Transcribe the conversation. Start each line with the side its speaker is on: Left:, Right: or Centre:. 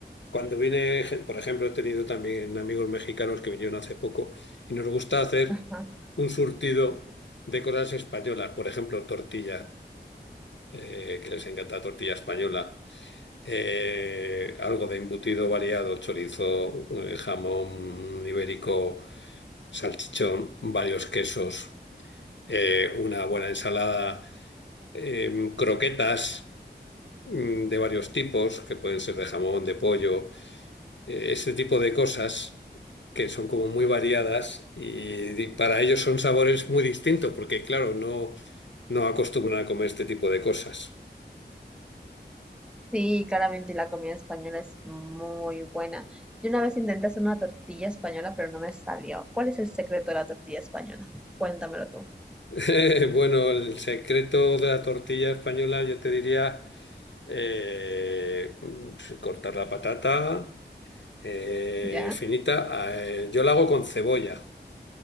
Left: cuando viene, gen- por ejemplo, he tenido también amigos mexicanos que vinieron hace poco y nos gusta hacer
Centre: ajá.
Left: un surtido de cosas españolas, por ejemplo, tortilla, eh, que les encanta tortilla española, eh, algo de embutido variado, chorizo, eh, jamón ibérico, salchichón, varios quesos, eh, una buena ensalada em, croquetas. mm, de varios tipos, que pueden ser de jamón, de pollo, eh, ese tipo de cosas que son como muy variadas y di- para ellos son sabores muy distintos, porque claro, no, no acostumbran a comer este tipo de cosas.
Centre: Sí, claramente la comida española es muy buena. Yo una vez intenté hacer una tortilla española, pero no me salió. ¿Cuál es el secreto de la tortilla española? Cuéntamelo tú.
Left: <laughs> Bueno, el secreto de la tortilla española yo te diría eh, mm, cortar la patata eh,
Centre: ¿Ya?
Left: finita. eh, yo la hago con cebolla.